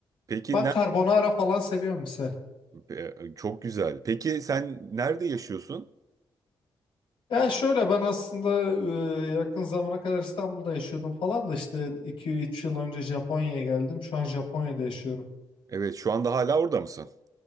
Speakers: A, on the right (about 40°); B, on the left (about 80°).
A: Peki
B: Ben
A: ne?
B: carbonara falan seviyorum misal.
A: e, Çok güzel. Peki sen nerede yaşıyorsun?
B: Ya şöyle ben aslında e, yakın zamana kadar İstanbul'da yaşıyordum falan da işte iki üç yıl önce Japonya'ya geldim. Şu an Japonya'da yaşıyorum.
A: Evet şu anda hala orada mısın?